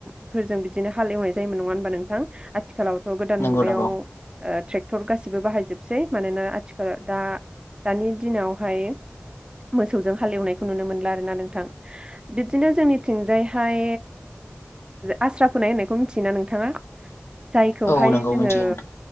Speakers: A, on the right; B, on the left.
A: फोरजों बिदि हालेवनाय जायोमोन नङा होमबा नों थां आथिखालावथ' गोदान
B: नंगौ
A: मुगायाव
B: नंगौ
A: ट्रेक्टर गासिबो बाहायजोबसै मानोना आथिखालाव दा दानि दिनावहाय मोसौजों हालेवनायखौ नुनो मोनला आरोना नोंथां बिदिनो जोंनिथिंजायहाय आस्रा फोनाय होननायखौ मिथियोना नोंथाङा जायखौहाय
B: औ नंगौ
A: जोङो
B: मिथियो नोंथां